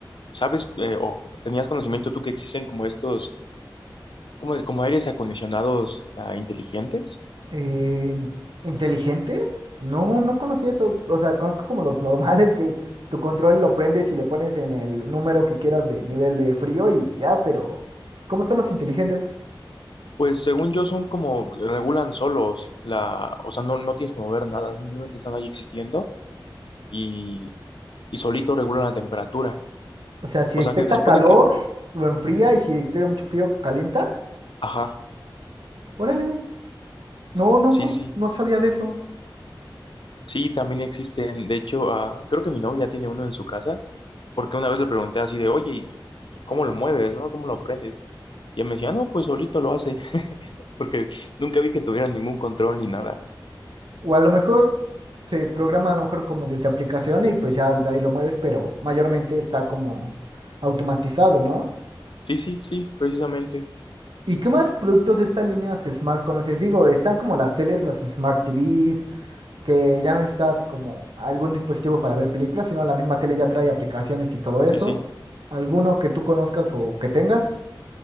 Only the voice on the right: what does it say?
Eh, ¿inteligentes? No, no conocía eso. O sea, conozco como los normales que tu control lo prendes y le pones en el número que quieras de nivel de frío y ya, pero ¿cómo son los inteligentes?
O sea, si
detecta
calor,
lo enfría y si detecta mucho frío, calienta.
Órale, no, no,
con-
no sabía de eso.
O a lo mejor se programa a lo mejor como desde aplicación y pues ya de ahí lo mueves, pero mayormente está como automatizado, ¿no?
¿Y qué más productos de estas líneas Smart conoces? Digo, están como las teles, las Smart TVs, que ya no necesitas como algún dispositivo para ver películas, sino la misma tele ya trae aplicaciones y todo eso.
¿Alguno que tú conozcas o que tengas?